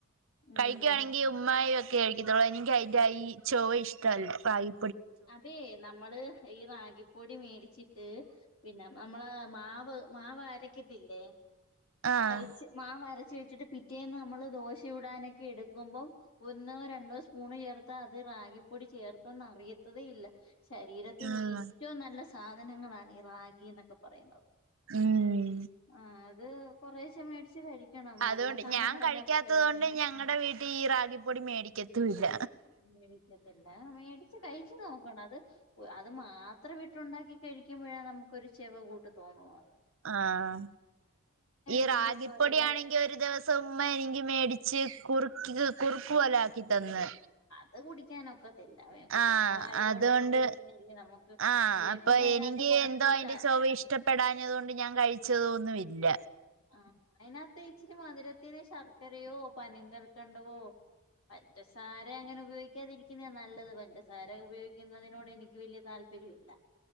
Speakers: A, on the left; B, on the right.
A: ഉം
B: കഴിക്കിയാണെങ്കിൽ ഉമ്മായോക്കെ കഴിക്കത്തുള്ളൂ എനിക്കയിന്റെ ഈ ചൊവ ഇഷ്ട്ടോല്ല റാഗി
A: അതെ നമ്മള് ഈ റാഗി പൊടി മേടിച്ചിട്ട് പിന്ന നമ്മളാ മാവ് മാവരക്കത്തില്ലേ
B: ആഹ്
A: അരച്ച് മാവ് അരച്ച് വെ ച്ചിട്ട് പിറ്റെന്ന് നമ്മൾ ദോശ- ചുടാനൊക്കെ എടുക്കുമ്പോ ഒന്നോ, രണ്ടോ സ്പൂൺ ചേർത്ത് അത് റാ- ഗി പ്പൊടി ചേർത്തെന്ന് അറിയത്തതേ ഇല്ല ശരീരത്തിന്
B: ആഹ്
A: ഏറ്റോം നല്ല- സാധനങ്ങളാണ് ഈ റാഗിന്നൊക്കെ പറയുന്നത്.
B: ഉം
A: ആഹ് അത്, കൊറേശ്ശെ മേടിച്ച് കഴിക്കണം
B: അതുകൊണ്ട്
A: നല്ല സാധനങ്ങളല്ലേ
B: ഞാൻ കഴിക്കാത്തത്
A: നമ്മള് കഴിക്കണ്ടേ
B: കൊണ്ട് ഞങ്ങടെ വീട്ടിൽ ഈ റാഗിപ്പൊടി മേടിക്കെ ത്തു ഇല്ല.
A: <unintelligible> മേടിക്കത്തില്ല മേടിച്ച് കഴിച്ചു നോക്കണം അത് മാത്രം ഇട്ടുണ്ടാക്കി കഴിക്കുമ്പോഴാ നമുക്കൊരു ചെവ കൂട്ട് തോന്നും അത്
B: ആഹ് ഈ
A: ഇതിന്റെയൊക്കെ
B: റഗിപ്പൊടി
A: എല്ലാ
B: ആണെങ്കി ഒരു ദിവസം ഉമ്മണേങ്കി മേടിച്ച് കുറുക്കി കുറുക്കു പോലാക്കി തന്ന്
A: അത് കുടിക്കാനൊക്ക ത്തില്ല കുഞ്ഞുങ്ങളായത്
B: ആഹ് അതുകൊണ്ട്
A: കൊണ്ടങ്ങ് കുടിക്കുന്നേ നമുക്ക്
B: ആഹ്
A: അല്ലെ
B: അപ്പൊ
A: പിന്നെ അതിനകത്ത്
B: എനിക്ക്
A: കൊറച്ച്
B: എന്തോ അതിന്റെ
A: ച
B: ചൊവ ഇഷ്ടപ്പെടാഞ്ഞത് കൊണ്ട് ഞാൻ കഴിച്ചതൊന്നുല്ല
A: ആഹ് അതിനകത്ത് ഇച്ചിരി മധുരത്തിന് ശർക്കരയോ പനം കൽക്കണ്ടവോ പഞ്ചസാര അങ്ങനെ ഉപയോഗിക്കാതിരിക്കുന്നാ നല്ലത് പഞ്ചസാര ഉപയോഗിക്കുന്നതിനോട് എനിക്ക് വലിയ താൽ ല്പര്യില്ല